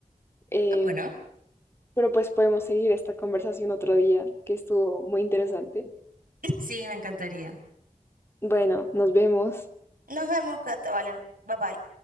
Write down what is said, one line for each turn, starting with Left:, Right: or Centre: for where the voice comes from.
Left: eh,
Right: Ah, bueno. <laughs>
Left: pero pues podemos seguir esta conversación otro día, que estuvo muy interesante.
Right: Sí, me encantaría.
Left: Bueno, nos vemos.
Right: Nos vemos, que te Valen. Bye bye.